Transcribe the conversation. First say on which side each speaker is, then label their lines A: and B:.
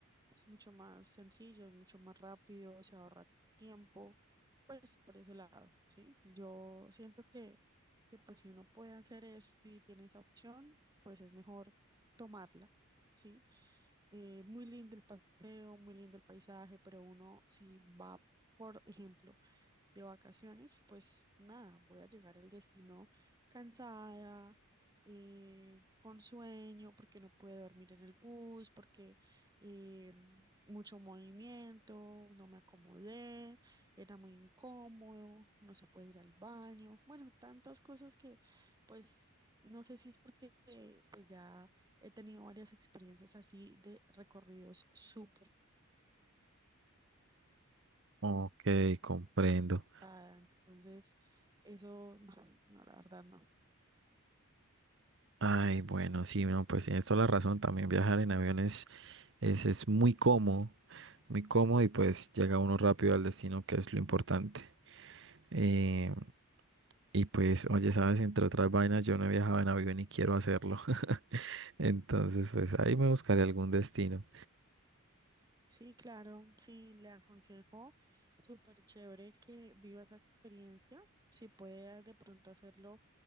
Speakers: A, on the right; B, on the right.
A: Es mucho más sencillo, es mucho más rápido, se ahorra tiempo. Pues por ese lado, ¿sí? Yo siento que, que pues si uno puede hacer eso y tiene esa opción, pues es mejor tomarla, ¿sí? Eh, muy lindo el paseo, muy lindo el paisaje, pero uno si va, por ejemplo, de vacaciones, pues nada, voy a llegar al destino cansada, eh, con sueño, porque no pude dormir en el bus, porque eh, mucho movimiento, no me acomodé, era muy incómodo, no se puede ir al baño, bueno, tantas cosas que pues no sé si es porque eh, pues ya he tenido varias experiencias así de recorridos súper...
B: Ok, comprendo.
A: tarde, Entonces, eso <laughs> no, no, la verdad no.
B: Ay, bueno, sí, no, pues tienes toda la razón. También viajar en aviones es, es muy cómodo, muy cómodo y pues llega uno rápido al destino, que es lo importante. Eh, y pues, oye, sabes, entre otras vainas, yo no he viajado en avión y quiero hacerlo. <laughs> Entonces, pues ahí me buscaré algún destino.
A: Sí, claro, sí, le aconsejo, súper chévere que viva esa experiencia. Si puedes de pronto hacerlo